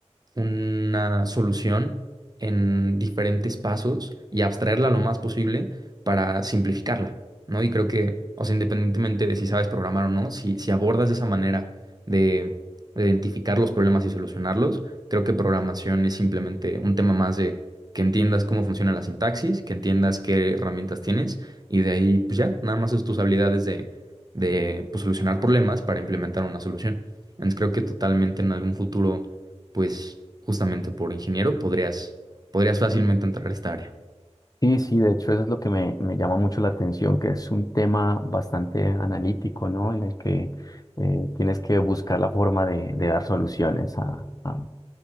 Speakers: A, on the right; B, on the left.
A: una solución en diferentes pasos y abstraerla lo más posible para simplificarla, ¿no? Y creo que, o sea, independientemente de si sabes programar o no, si, si abordas de esa manera de de identificar los problemas y solucionarlos. Creo que programación es simplemente un tema más de que entiendas cómo funciona la sintaxis, que entiendas qué herramientas tienes y de ahí pues ya, nada más es tus habilidades de, de pues, solucionar problemas para implementar una solución. Entonces creo que totalmente en algún futuro, pues justamente por ingeniero podrías, podrías fácilmente entrar a esta área.
B: Sí, sí, de hecho eso es lo que me, me llama mucho la atención, que es un tema bastante analítico, ¿no? En el que eh, tienes que buscar la forma de, de dar soluciones a, a-